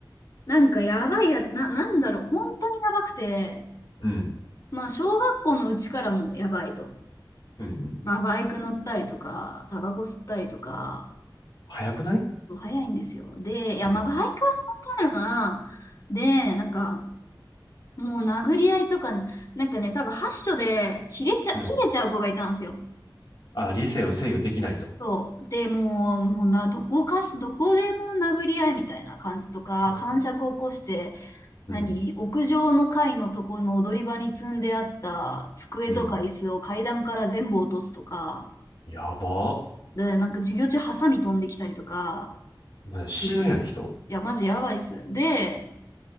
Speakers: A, on the left; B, on the left.
A: なんかやばいや、な、なんだろう、本当にやばくて、
B: う。うん。
A: まあ小学校のうちからもやばいと。
B: うん。うん
A: まあバイク乗ったりとか、タバコ吸ったりとか、
B: 早くない
A: 早いんですよ。で、いや、
B: うん。
A: まあバイクは吸ってないのかな。で、なんか、もう殴り合いとか、なんかね、多分発所で切れちゃ、
B: うん。
A: 切れちゃう子がいたんですよ。
B: あ、理性を制御できないと。
A: そう。で、もう、もうな、どこかし、どこでも殴り合いみたいな感じとか、
B: <laughs>
A: 癇癪を起こして、
B: うん。
A: 何屋上の階のとこの踊り場に積んであった机とか椅子を階段から全部落とすとか、
B: うん。やば。
A: で、なんか授業中ハサミ飛んできたりとか
B: ね死ぬやん、
A: してて、
B: 人。
A: いや、マジやばいっす。で、